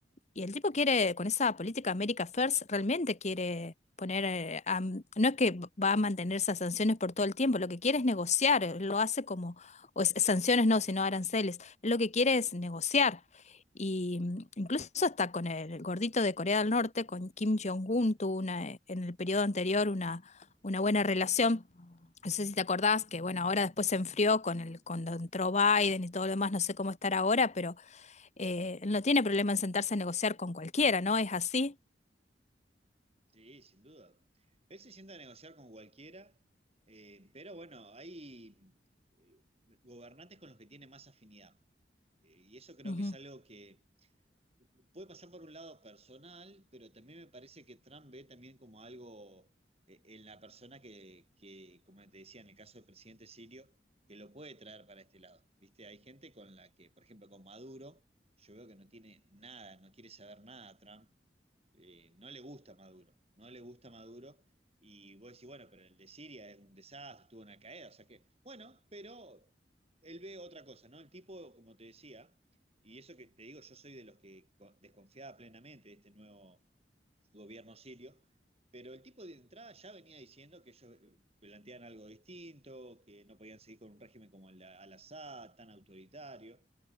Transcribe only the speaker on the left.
y el tipo quiere, con esa política America First, realmente quiere poner, eh, a- no es que va a mantener esas sanciones por todo el tiempo, lo que quiere es negociar, eh, lo hace como, o es- sanciones no, sino aranceles, Él lo que quiere es negociar. Y mm, incluso hasta con el gordito de Corea del Norte, con Kim Jong-un, tuvo una, eh, en el periodo anterior una, una buena relación. No sé si te acordás que, bueno, ahora después se enfrió con el, cuando entró Biden y todo lo demás, no sé cómo estar ahora, pero eh, no tiene problema en sentarse a negociar con cualquiera, ¿no? Es así.
Ujú.